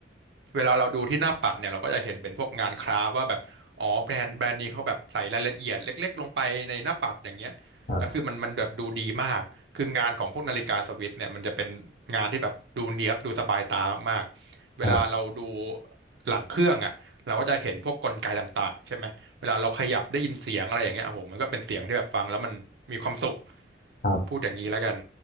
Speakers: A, on the right; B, on the left.
A: เวลาเราดูที่หน้าปัดเนี่ยเราก็จะเห็นเป็นพวกงานคราฟต์ว่าแบบอ๋อแบรนด์แบรนด์นี้เขาแบบใส่รายละเอียดเล็กๆลงไปในหน้าปัดอย่างเงี้ยแล้วคือมันมันแบบดูดีมากคืองานของพวกนาฬิกาสวิสเนี่ยมันจะเป็นงานที่แบบดูเนี๊ยบดูสบายตามากๆเวลาเราดู
B: ครับครับ
A: หลังเครื่องอ่ะเราก็จะเห็นพวกกลไกต่างๆใช่ไหมเวลาเราขยับได้ยินเสียงอะไรอย่างเงี้ยโอ้โหมันก็เป็นเสียงที่แบบฟังแล้วมันมีความสุข
B: ครับ
A: พูดอย่างนี้แล้วกัน